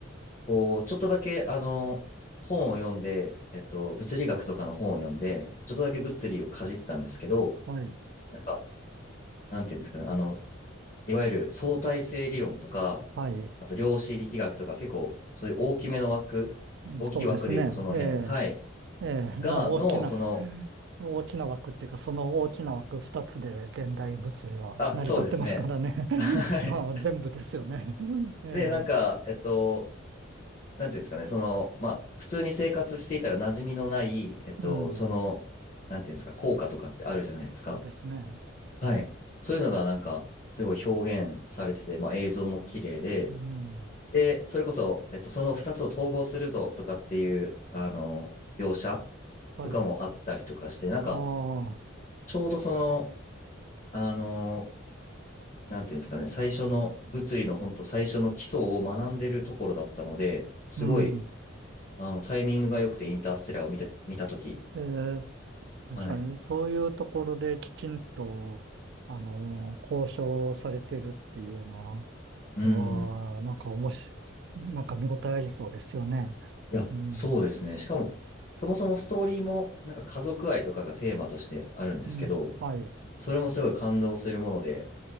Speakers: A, on the left (about 35°); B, on the right (about 60°).
A: こう、ちょっとだけあの、本を読んで、えっと、物理学とかの本を読んで、ちょっとだけ物理をかじったんですけど、
B: はい。
A: なんか、なんていうんですかね、あの、いわゆる相対性理論とか、
B: はい。
A: あと量子力学とか結構そういう大きめの枠、
B: うんそうですね。
A: 大きい枠で言うとその辺、
B: え
A: はい、
B: えええ、
A: が、
B: まあ大きな、
A: の、その、
B: <laughs> 大きな枠っていうか、その大きな枠二つで現代物理は成り立ってますからね。
A: あ、そうですね。はい。
B: <laughs> まあ全部ですよね。え
A: で、なんか、えっと、なんていうんですかね、その、まあ、普通に生活していたら馴染みのない、えっと、
B: え、うん、
A: その、なんていうんですか、効果とかってあるじゃないですか。
B: そうですね。
A: はい。そういうのがなんか、すごい表現されてて、まあ、映像も綺麗で、
B: うん、
A: で、それこそ、えっと、その2つを統合するぞとかっていう、あの、描写
B: はい。
A: とかもあったりとかして、
B: あ
A: なんか、
B: あ、
A: ちょうどその、あの、なんていうんですかね、最初の、物理の本当最初の基礎を学んでるところだったので、すごい、
B: うん。
A: あの、タイミングが良くてインターステラーを見た、見たと
B: ええ、確かにそういうところできちんと、
A: はい。
B: あの、交渉されてるっていうの
A: うん。
B: は、なんかおもし、なんか見応えありそうですよね。
A: いや、
B: うん、
A: そうですね。しかも、そもそもストーリーも、なんか家族愛とかがテーマとしてあるんですけど、
B: うん、はい。
A: それもすごい感動するもので、